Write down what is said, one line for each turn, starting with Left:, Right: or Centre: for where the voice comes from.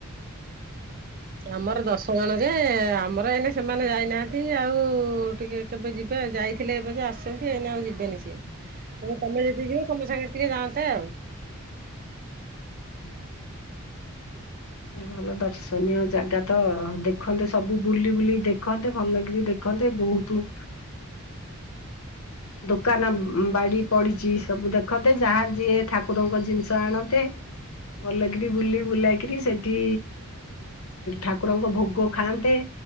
Right: ଆମର ଦଶ ଜଣ ଯେ, ଆମର ଏନେ ସେମାନେ ଯାଇନାହାନ୍ତି ଆଉ ଟିକେ କେବେ ଯିବେ? ଯାଇଥିଲେ ଏବେ ଯେ ଆସଛନ୍ତି ଏନ ଆଉ ଯିବେନି ସିଏ। ତ ତମେ ଯଦି ଯିବ, ତମେ ସାଙ୍ଗେ ଟିକେ ଯାଆନ୍ତେ ଆଉ।
Left: ହୁଁ ହୁଁ ଭଲ ଦର୍ଶନୀୟ ଜାଗା ତ ଦେଖନ୍ତେ, ସବୁ ବୁଲି ବୁଲିକି ଦେଖନ୍ତେ, ଭଲ କିରି ଦେଖ ଦେଖନ୍ତେ, ବହୁତ ଦୋକାନ ବାଡ଼ି ପଡିଛି ସବୁ ଦେଖନ୍ତେ, ଯାହା ଯିଏ ଠାକୁରଙ୍କ ଜିନିଷ ଆଣନ୍ତେ। ଭଲକିରି ବୁଲି ବୁଲା କିରି ସେଠି ଠାକୁରଙ୍କ ଭୋଗ ଖାଆନ୍ତେ।